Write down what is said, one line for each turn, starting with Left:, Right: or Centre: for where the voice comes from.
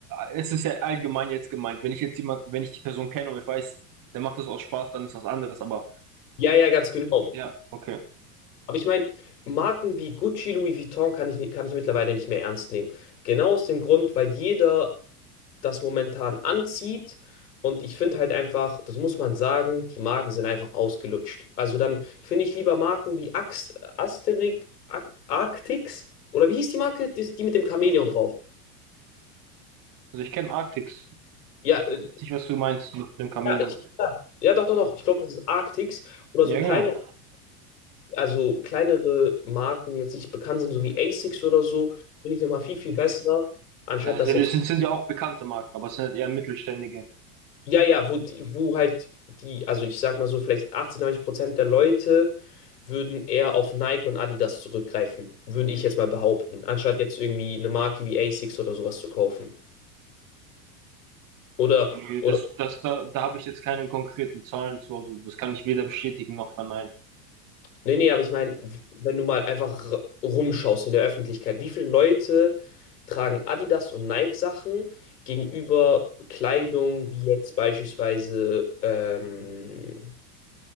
Right: es ist ja allgemein jetzt gemeint. Wenn ich jetzt jemand, wenn ich die Person kenne und ich weiß, der macht das aus Spaß, dann ist das anderes. Aber
Left: Ja, ja, ganz genau.
Right: ja, okay.
Left: Aber ich meine, Marken wie Gucci, Louis Vuitton kann ich, ni- kann ich mittlerweile nicht mehr ernst nehmen. Genau aus dem Grund, weil jeder das momentan anzieht. Und ich finde halt einfach, das muss man sagen, die Marken sind einfach ausgelutscht. Also dann finde ich lieber Marken wie Ax, Asterix, Ar Arctix, oder wie hieß die Marke? Die, die mit dem Chamäleon drauf.
Right: Also ich kenne Arctics.
Left: Ja,
Right: Ich
Left: äh,
Right: weiß jetzt nicht, was du meinst mit dem Chamäleon.
Left: Ja, ich, ja, ja, doch, doch, doch. Ich glaube, das ist Arctics oder
Right: Ja,
Left: so kleine,
Right: genau.
Left: also kleinere Marken, die jetzt nicht bekannt sind, so wie Asics oder so, finde ich nochmal viel, viel besser, anstatt
Right: Also
Left: das jetzt,
Right: das sind, sind ja auch bekannte Marken, aber es sind halt eher mittelständige.
Left: ja, ja, wo, die, wo halt die, also ich sag mal so, vielleicht 80, 90 Prozent der Leute würden eher auf Nike und Adidas zurückgreifen, würde ich jetzt mal behaupten, anstatt jetzt irgendwie eine Marke wie Asics oder sowas zu kaufen. Oder,
Right: Äh,
Left: oder
Right: Das, das, da, da habe ich jetzt keine konkreten Zahlen zu, also das kann ich weder bestätigen noch verneinen.
Left: Nee, nee, aber ich meine, wenn du mal einfach r- rumschaust in der Öffentlichkeit, wie viele Leute tragen Adidas und Nike-Sachen gegenüber Kleidung wie jetzt beispielsweise ähm,